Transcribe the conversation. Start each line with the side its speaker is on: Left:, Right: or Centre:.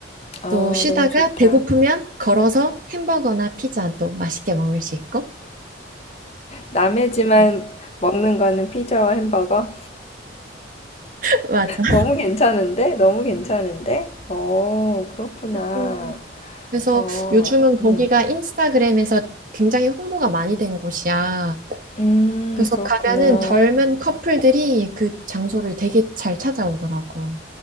Left: 아,
Right: 또 쉬다가
Left: 너무 좋다.
Right: 배고프면 걸어서 햄버거나 피자 또 맛있게 먹을 수 있고.
Left: 남해지만
Right: 그-
Left: 먹는 거는 피자와 햄버거?
Right: <laughs> 맞아.
Left: 너무 괜찮은데? 너무 괜찮은데? 어, 그렇구나.
Right: 음. 그래서
Left: 어,
Right: 요즘은 거기가
Left: 음,
Right: 인스타그램에서 굉장히 홍보가 많이 된 곳이야.
Left: 음,
Right: 그래서
Left: 그렇구나.
Right: 가면은 젊은 커플들이 그 장소를 되게 잘 찾아오더라고.